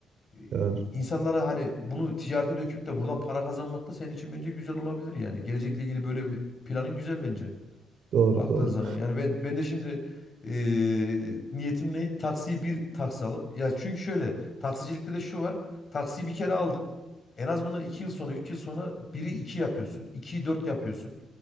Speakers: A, on the left; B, on the right.
A: E,
B: Evet,
A: insanlara hani bunu ticarete döküp de buradan para kazanmak da senin için bence güzel olabilir yani. Gelecekle ilgili böyle bir planın güzel bence.
B: doğru
A: Baktığın
B: doğru.
A: zaman yani ben ben de şimdi e, niyetim ne? Taksiyi bir taksi alıp ya çünkü şöyle taksicilikte de şu var. Taksiyi bir kere aldın. En az bundan 2 yıl sonra 3 yıl sonra biri 2 yapıyorsun. 2'yi 4 yapıyorsun.